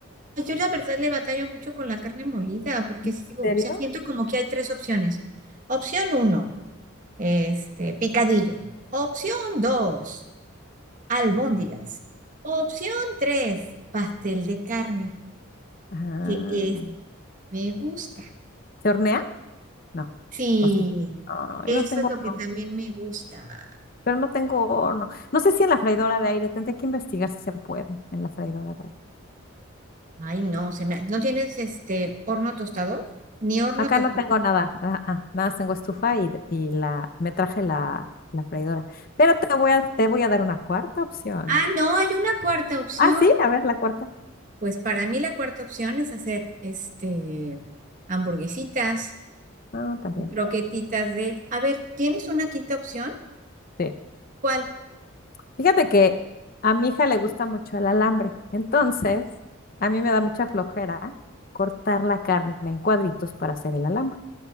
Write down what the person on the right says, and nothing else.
Pues Yo la verdad le batallo mucho con la carne molida, porque
sí digo,
o sea, siento como que hay tres opciones. Opción uno, este, picadillo. Opción dos, albóndigas. Opción tres, pastel de carne,
que es, me gusta.
Sí,
eso
es lo
que también me gusta.
Ay, no, se me, ¿no tienes este horno tostador? Ni horno
tostador.
Ah, no, hay una cuarta opción.
Pues para mí la cuarta opción es hacer este hamburguesitas,
croquetitas de, a ver, ¿tienes una quinta opción?
¿Cuál?